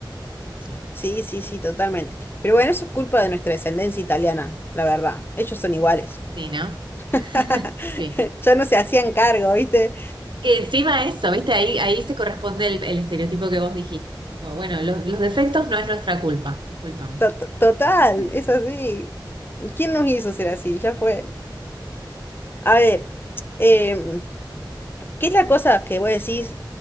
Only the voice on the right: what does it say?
sí,
sí, ¿no?
<laughs> Sí.
Que encima eso, ¿viste? Ahí, ahí se corresponde el, el estereotipo que vos dijiste, tipo, bueno, lo- los defectos no es nuestra culpa, disculpame.
<laughs>